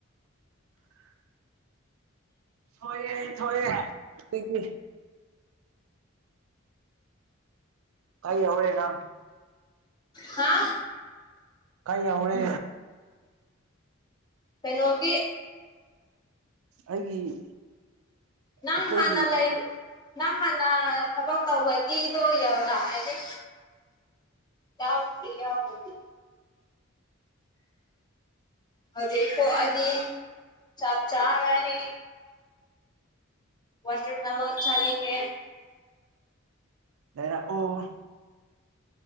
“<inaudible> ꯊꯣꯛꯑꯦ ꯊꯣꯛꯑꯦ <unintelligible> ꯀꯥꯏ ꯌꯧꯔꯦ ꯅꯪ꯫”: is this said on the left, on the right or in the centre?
Right